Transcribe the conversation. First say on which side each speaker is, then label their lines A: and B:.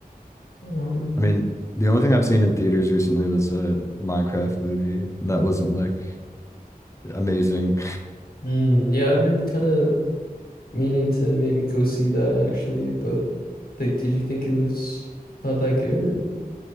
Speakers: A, on the left (about 75°); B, on the left (about 20°).
A: Um
B: I mean, the only thing I've seen in theaters recently was a Minecraft movie, and that wasn't like amazing.
A: Mm, yeah, I've been kind of meaning to maybe go see that actually, but like, did you think it was not that good or